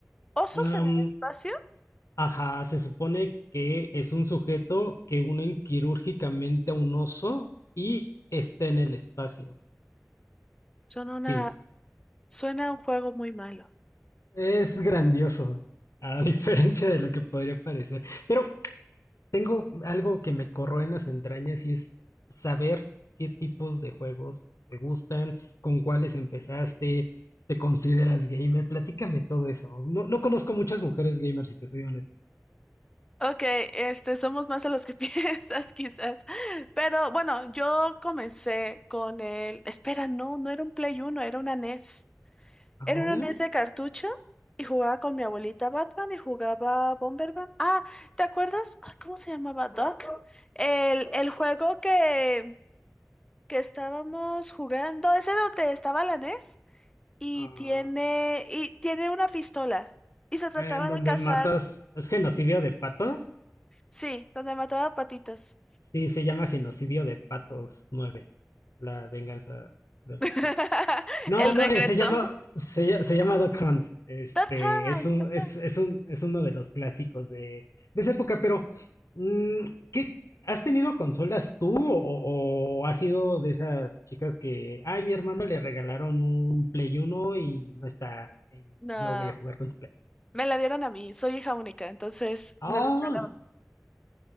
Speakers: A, on the left; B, on the left.
A: ¿Osos
B: Um,
A: en el espacio?
B: Ajá, se supone que es un sujeto que unen quirúrgicamente a un oso y está en el espacio.
A: Suena una,
B: Fin.
A: suena un juego muy malo.
B: Es grandioso, a <laughs> diferencia de lo que podría parecer. Pero tengo algo que me corroe en las entrañas y es saber qué tipos de juegos te gustan, con cuáles empezaste, te consideras gamer. Platícame todo eso. No, no conozco muchas mujeres gamers, si te soy honesto.
A: Ok, este, somos más de los que <laughs> piensas, quizás. Pero bueno, yo comencé con el. Espera, no, no era un Play uno, era una NES. Era
B: Aún,
A: una NES de cartucho y jugaba con mi abuelita Batman y jugaba Bomberman. Ah, ¿te acuerdas? Ay, ¿cómo se llamaba? Doc. El, el juego que, que estábamos jugando, ese donde estaba la NES y
B: ah,
A: tiene, y tiene una pistola y se trataba
B: En donde
A: de cazar,
B: matas, es genocidio de patos.
A: sí, donde mataba patitos.
B: Sí, se llama genocidio de patos 9, la venganza de los
A: <laughs>
B: patos. No,
A: El
B: no,
A: regreso.
B: eh, se llama, se, lla- se llama Duck Hunt. Este,
A: Dotcom,
B: es un,
A: esa.
B: es, es un, es uno de los clásicos de, de esa época, pero, mm, ¿qué, has tenido consolas tú o, o has sido de esas chicas que, ay, mi hermano le regalaron un Play uno y no está, y
A: No,
B: yo voy a jugar con su Play?
A: me la dieron a mí. Soy hija única, entonces
B: Ah,
A: me lo regalaron.